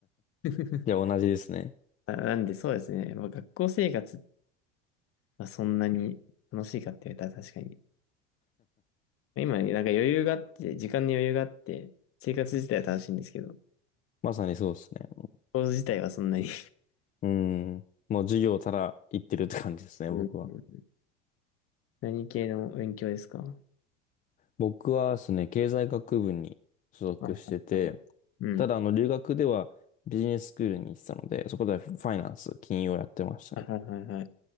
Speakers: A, on the left; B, on the left.
A: <laughs>
B: いや、同じですね。
A: あなんでそうですね、まあ、学校生活はそんなに楽しいかって言われたら確かに。今、なんか余裕があって、時間に余裕があって、生活自体は楽しいんですけど、
B: まさにそうですね。
A: コース自体はそんなに
B: うん。もう授業たら行ってるって感じですね、
A: <laughs> うん
B: 僕は。
A: 何系の勉強ですか
B: 僕はですね、経済学部に所属してて、
A: はいはいはい。うん。
B: ただあの留学ではビジネススクールに行ってたので、そこでファイナンス、金融をやってましたね。
A: はいはいはいはい。